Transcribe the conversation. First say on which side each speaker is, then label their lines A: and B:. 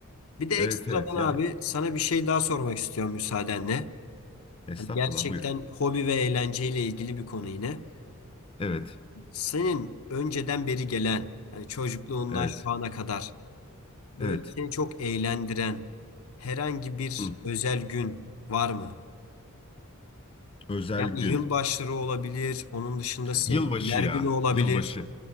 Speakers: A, on the left (about 80°); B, on the left (about 25°).
A: Bir de ekstradan
B: evet, evet ya
A: abi sana bir şey daha sormak istiyorum müsaadenle.
B: estağfurullah
A: Hani gerçekten
B: buyur.
A: hobi ve eğlenceyle ilgili bir konu yine.
B: Evet
A: Senin önceden beri gelen, hani çocukluğundan
B: evet
A: şu ana kadar böyle
B: evet.
A: seni çok eğlendiren herhangi bir
B: Hı.
A: özel gün var mı?
B: Özel
A: Yani
B: gün.
A: yılbaşları olabilir, onun dışında sevgililer
B: Yılbaşı ya
A: günü olabilir.
B: yılbaşı.